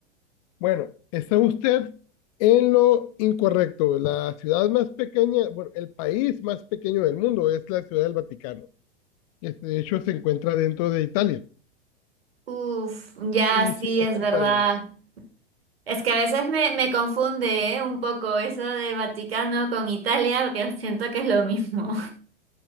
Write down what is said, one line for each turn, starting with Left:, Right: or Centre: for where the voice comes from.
Left: Bueno, está usted en lo incorrecto. La ciudad más pequeña, bueno, el país más pequeño del mundo es la Ciudad del Vaticano. Este, de hecho, se encuentra dentro de Italia.
Right: Uf, ya
Left: Y
Right: sí,
Left: sí, es
Right: es
Left: un
Right: verdad.
Left: país.
Right: Es que a veces me, me confunde, ¿eh? un poco eso del Vaticano con Italia, porque <laughs> siento que es lo mismo.